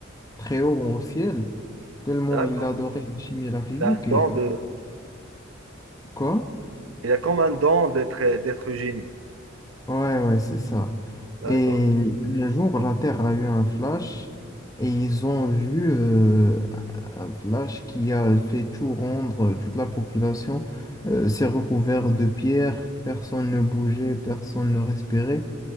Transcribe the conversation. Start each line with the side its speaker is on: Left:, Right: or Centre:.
Left: très haut au ciel, tellement
Right: d'accord.
Left: il adorait la chimie et la physique.
Right: Il a un
Left: Et
Right: don de,
Left: quoi?
Right: il a comme un don d'être d'être génie.
Left: Ouais, ouais, c'est ça.
Right: D'accord,
Left: Et un jour, la Terre a eu un flash et ils ont vu euh, un flash qui a fait tout rendre, euh, toute la population euh, s'est recouverte de pierres, personne ne bougeait, personne ne respirait.